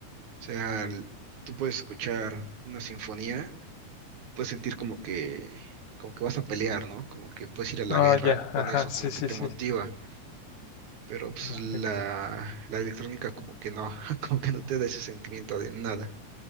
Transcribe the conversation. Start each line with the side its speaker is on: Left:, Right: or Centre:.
Right: sea, el- tú puedes escuchar una sinfonía puedes sentir como que, como que vas a pelear, ¿no? Como que puedes ir a la
Left: Ah,
Right: guerra
Left: ya,
Right: con
Left: ajá,
Right: eso,
Left: sí,
Right: como
Left: sí,
Right: que te
Left: sí.
Right: motiva. Pero pues
Left: Perfecto.
Right: la, la electrónica como que no, <laughs> como que no te da ese sentimiento de nada.